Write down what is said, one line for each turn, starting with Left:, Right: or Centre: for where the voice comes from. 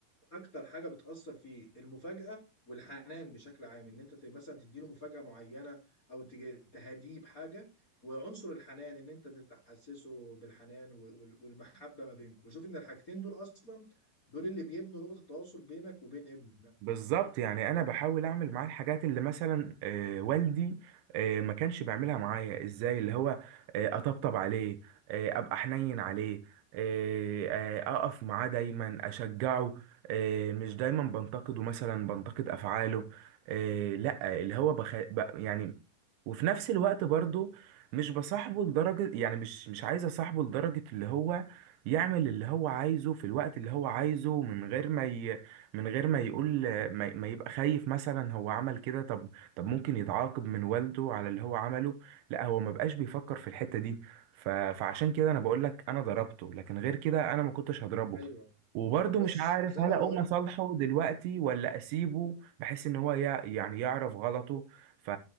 Left: اكتر حاجه بتاثر فيه المفاجاه والحنان بشكل عام ان انت ت- مثلا تديله مفاجاه معينه او تج- تهديه بحاجه وعنصر الحنان ان انت تحسسه بالحنان و- وال- والمحبه ما بينكم وشوف ان الحاجتين دول اصلا دول اللي بيبنوا لغه التواصل بينك وبين ابنك
Right: بالظبط يعني انا بحاول اعمل معاه الحاجات اللي مثلا آه والدي آه ما كانش بيعملها معايا ازاي اللي هو آه اطبطب عليه آه ابقى حنين عليه آه آه اقف معاه دايما اشجعه آه مش دايما بنتقده مثلا بنتقد افعاله آه لا اللي هو بخ... ب... يعني وفي نفس الوقت برضو مش بصاحبه لدرجة يعني مش مش عايز اصاحبه لدرجة اللي هو يعمل اللي هو عايزه في الوقت اللي هو عايزه من غير ما ي... من غير ما يقول ما, ما يبقى خايف مثلا هو عمل كده طب طب ممكن يتعاقب من والده على اللي هو عمله لا هو ما بقاش بيفكر في الحتة دي ف... فعشان كده انا بقول لك انا ضربته لكن غير كده انا ما كنتش هضربه
Left: ايوه
Right: وبرضه
Left: بص
Right: مش عارف
Left: زي
Right: هل
Left: ما
Right: اقوم
Left: بقول
Right: اصالحه دلوقتي ولا اسيبه بحيث ان هو يع- يعني يعرف غلطه ف...